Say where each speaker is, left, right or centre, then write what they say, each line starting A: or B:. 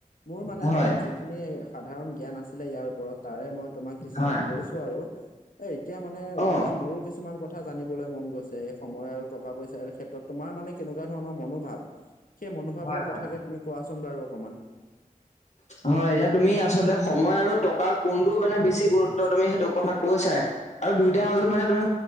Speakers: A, on the left; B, on the left.
A: মোৰ মানে
B: হয়
A: ধৰা যি খিনি সাধাৰণ জ্ঞান আছিলে ইয়াৰ ওপৰত তাৰে মই তোমাক কিছুমান
B: হয়
A: কৈছো আৰু এ এতিয়া মানে
B: অ
A: ধৰা মোৰো কিছুমান কথা জানিবলৈ মন গৈছে এ সময় আৰু টকা পইচা ক্ষেত্ৰত তোমাৰ মানে কেনেকুৱা ধৰণৰ মনোভাৱ সেই মনোভাৱৰ
B: হয় হয়
A: কথাকে তুমি কোৱাচোন বাৰু অকণমান
B: হয় এতিয়া তুমি আচলতে সময় আৰু টকা কোনটো মানে বেছি গুৰুত্ব তুমি সেইটো কথা কৈছাই আৰু দুইটাৰ
A: হয়
B: মাজত মানে তুমি